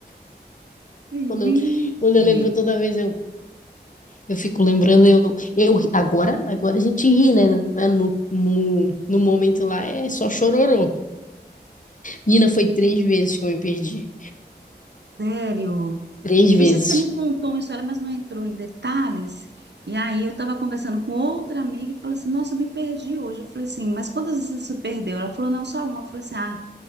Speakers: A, on the right; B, on the left.
A: gente,
B: Quando eu, quando eu lembro toda vez, eu, eu fico lembrando, eu, eu ri- agora, agora a gente ri, né? né, No, no, no momento lá é só chororô. Menina, foi três vezes que eu me perdi.
A: sério.
B: Três vezes.
A: Eu sei que você me contou uma história, mas não entrou em detalhes. E aí eu estava conversando com outra amiga e falei assim: Nossa, eu me perdi hoje. Eu falei assim: Mas quantas vezes você se perdeu? Ela falou: Não, só uma. Eu falei assim: Ah,